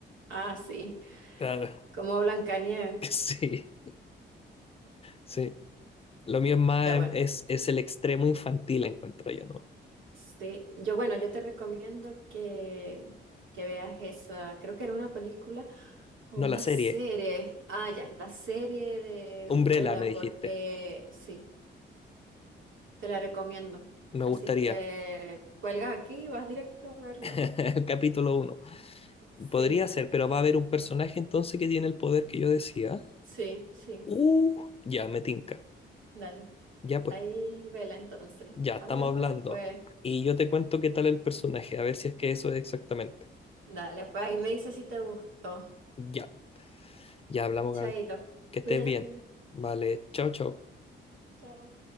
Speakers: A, on the right; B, on the left.
A: Ah, sí.
B: Claro.
A: Como Blancanieves.
B: <laughs> Sí, sí. Lo mío es más,
A: Ya bueno.
B: es, es el extremo infantil, encuentro yo, ¿no?
A: Sí, yo bueno, yo te recomiendo que, que veas esa, creo que era una película o
B: No
A: una
B: la serie.
A: serie. Ah, ya, la serie de
B: Umbrella,
A: Umbrella,
B: me
A: porque
B: dijiste.
A: sí, te la recomiendo.
B: Me gustaría.
A: Así que cuelgas aquí y vas directo a verla.
B: <laughs> El capítulo uno
A: Sí,
B: Podría ser, pero va a haber un personaje entonces que tiene el poder que yo decía.
A: sí, sí,
B: Uh, ya, me tinca.
A: dale.
B: Ya pues,
A: Ahí vela entonces.
B: ya
A: Hablamos
B: estamos hablando.
A: después.
B: Y yo te cuento qué tal el personaje, a ver si es que eso es exactamente.
A: Dale, pues ahí me dices si te gustó.
B: Ya, ya hablamos,
A: Chaito,
B: Gaby. Que estés
A: cuídate.
B: bien. Vale, chao, chao.
A: Chao.